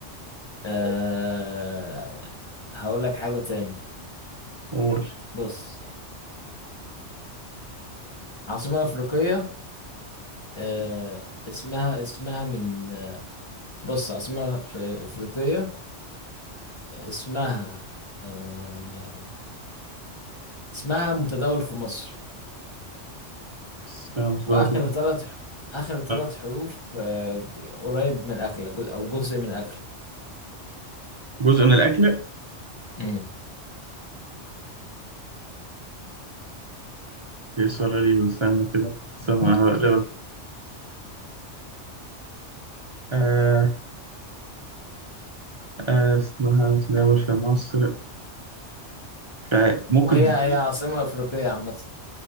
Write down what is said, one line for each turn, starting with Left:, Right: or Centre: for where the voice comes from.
Left: أه... هقول لك حاجة تاني
Right: قول
Left: بص عاصمة أفريقية أه... اسمها اسمها من آه، بص عاصمة أف- أفريقية اسمها أه... اسمها متداول في مصر
Right: اسمها مصدر
Left: وآخر
Right: مثلا
Left: ثلاث آخر ثلاث
Right: آه.
Left: حروف أه... قريب من أكلة جزء أو جزء من أكلة
Right: جزء من الأكلة
Left: مم.
Right: دي سؤال غريب استنى كده استنى
Left: <laughs>
Right: أنا بقلبك آه آه اسمها متداول في مصر مش عارف. ممكن
Left: وهي
Right: ت-
Left: هي عاصمة أفريقية عامة